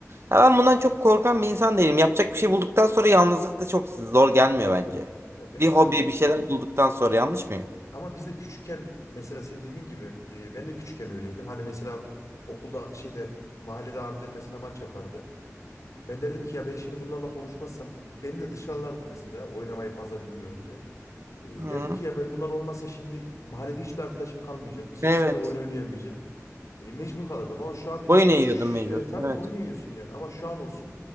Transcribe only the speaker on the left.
Ya bence
de
Ama biz de küçükken mesela senin dediğin gibi e, ben de küçükken öyleydim. Hani mesela okulda şeyde mahallede abiler mesela maç yapardı. Ben derdim ki ya ben şimdi bunlarla konuşmazsam beni de dışarılardı mesela oynamayı fazla bilmiyorum diye. E,
derdim ki ya ben bunlar olmasa şimdi mahallede hiçbir arkadaşım kalmayacak. Hiç
kimseyle oyun oynayamayacağım. E, mecbur kalırdım ama şu an dediğin
gibi
şş-
e, tabii
boyun eğiyorsun yani ama şu an olsun